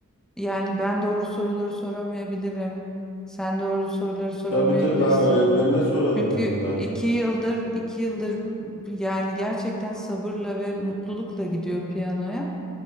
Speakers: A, in the centre; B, on the left.
A: yani ben doğru soruları soramayabilirim. Sen doğru soruları soramayabilirsin.
B: Tabii tabii ben öğretmenine soralım
A: Çünkü
B: dedim zaten.
A: iki yıldır, iki yıldır yani gerçekten sabırla ve mutlulukla gidiyor piyanoya.